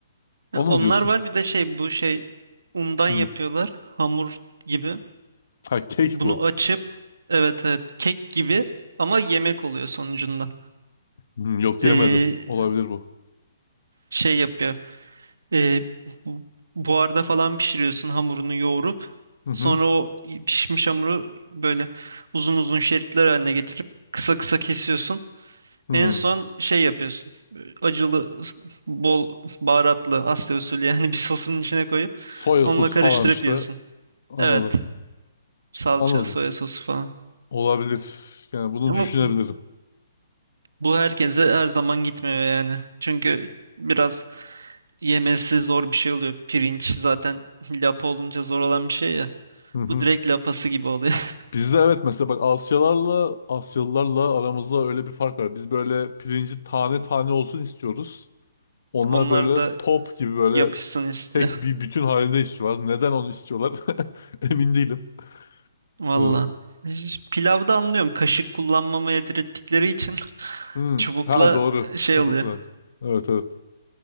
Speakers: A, on the left (about 60°); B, on the right (about 70°).
A: Onu
B: Ya Onlar
A: mu diyorsun?
B: var bir de şey bu şey undan
A: Hı.
B: yapıyorlar hamur gibi.
A: Ha kek
B: Bunu
A: bu.
B: açıp evet evet kek gibi ama yemek oluyor sonucunda.
A: Hı, yok
B: Ee,
A: yemedim. Olabilir bu.
B: şey yapıyor. Ee, bu- buharda falan pişiriyorsun hamurunu yoğurup
A: Hı hı.
B: sonra o pişmiş hamuru böyle uzun uzun şeritler haline getirip kısa kısa kesiyorsun.
A: Hı.
B: En son şey yapıyorsun. Acılı bol baharatlı Asya usulü yani bir sosun içine koyup
A: Soya
B: onunla
A: sosu
B: karıştırıp
A: falan işte.
B: yiyorsun.
A: Anladım.
B: Evet. salça,
A: Anladım.
B: soya sosu falan.
A: Olabilir. Yani bunu
B: Ama
A: düşünebilirim.
B: bu bu herkese her zaman gitmiyor yani. Çünkü biraz yemesi zor bir şey oluyor. Pirinç zaten <laughs> lapa olunca zor olan bir şey ya.
A: Hı hı.
B: Bu direkt lapası gibi oluyor.
A: Bizde evet mesela bak Asyalarla Asyalılarla aramızda öyle bir fark var. Biz böyle pirinci tane tane olsun istiyoruz. Onlar
B: <laughs> Onlar
A: böyle
B: da
A: top gibi böyle
B: yapışsın istiyor.
A: tek bir bütün halinde istiyorlar. Neden onu istiyorlar? <laughs> Emin değilim.
B: Valla.
A: Ee,
B: Ş- Pilavda
A: ç-
B: anlıyorum. Kaşık kullanmamaya direttikleri için <laughs>
A: hmm,
B: çubukla
A: ha doğru.
B: e, şey
A: Çubukla.
B: oluyor.
A: Evet evet.